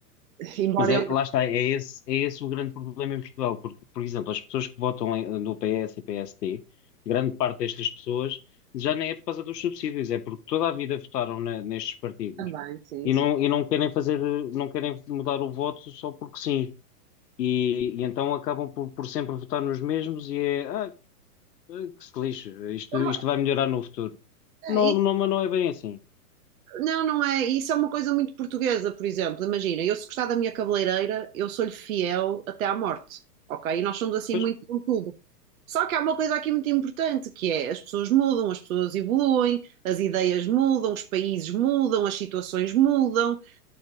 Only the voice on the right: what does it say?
embora
ele
também, sim,
sim.
É uma-
é,
e-
Não, não é. Isso é uma coisa muito portuguesa, por exemplo. Imagina, eu se gostar da minha cabeleireira, eu sou-lhe fiel até à morte, ok? E nós somos assim
muito com tudo. Só que há uma coisa aqui muito importante, que é as pessoas mudam, as pessoas evoluem, as ideias mudam, os países mudam, as situações mudam.